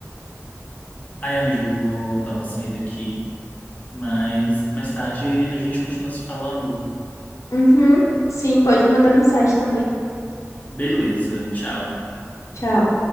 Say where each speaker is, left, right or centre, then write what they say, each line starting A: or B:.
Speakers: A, on the left; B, on the left.
A: Ai, amiga, eu vou dar uma saída aqui. Mas mais tarde a gente continua se falando.
B: Uhum, sim, pode mandar mensagem também.
A: Beleza. Tchau.
B: Tchau.